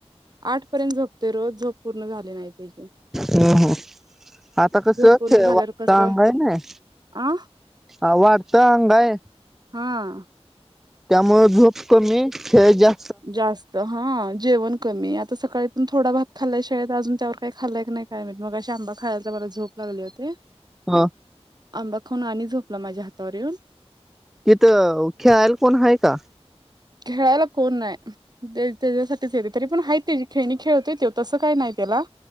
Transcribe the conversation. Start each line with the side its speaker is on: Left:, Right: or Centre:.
Right: आठ पर्यंत झोपते रोज झप पूर्ण झाले नाही पाजे.
Centre: हो-हो आता कस वाडत
Right: पूर्ण झाल्यावर कसं
Centre: अंग आहे नाय
Right: आ
Centre: ह वाडत अंगाय.
Right: हा.
Centre: त्यामुळे धूप कमी खेळ जा.
Right: जास्त हा जेवण कमी आता सकाळीतून थोडा भात खाल्य शाळेत अजून त्यावर. काही खालय नाही काय माहीत मगाशी आंबा खायला तर मला झोप लागली होती.
Centre: हा.
Right: आंबा खणून आणि झोपला माझ्या हातावर येऊन.
Centre: तिथं खेळायला कोण आहे का.
Right: खेळायला कोण नाही त्याच्यासाठीच येत तरी पण हायत त्याजी. खेणी खेळतोय त तसं काय नाही त्याला.